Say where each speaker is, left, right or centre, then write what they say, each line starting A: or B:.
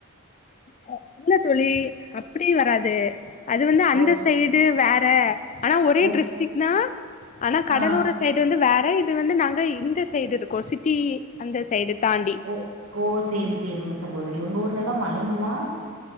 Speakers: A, on the left; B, on the right.
A: இல்ல இல்ல தோழி அப்டியு வராது அது வந்து அந்த
B: ஓ
A: சைடு வேற ஆனா ஒரே
B: ஓ
A: ட்ரிஸ்டிக் நா ஆனா கடலோர
B: ஆ
A: சைடு வந்து வே ற இது வந்து நாங்க இந்த சைடு இருக்கோ சிட்டி அந்த சைடு தாண்டி
B: ஓ ஓ சேரி சேரிங்க சகோதரி உங்க ஊர்லல்லா மழைங்களா?